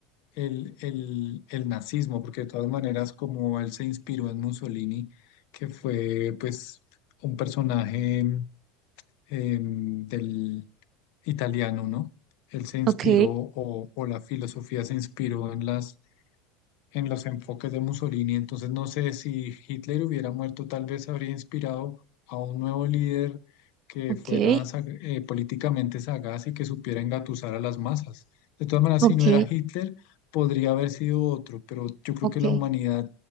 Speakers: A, on the left; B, on the right.
A: el, el, el nazismo, porque de todas maneras, como él se inspiró en Mussolini, que fue pues un personaje em, del italiano, ¿no? Él se inspiró
B: Ok,
A: o, o la filosofía se inspiró en las en los enfoques de Mussolini. Entonces no sé si Hitler hubiera muerto, tal vez habría inspirado a un nuevo líder que
B: ok,
A: fuera sa- eh, políticamente sagaz y que supiera engatusar a las masas. De todas maneras,
B: ok.
A: si no era Hitler, podría haber sido otro, pero yo creo
B: Ok,
A: que la humanidad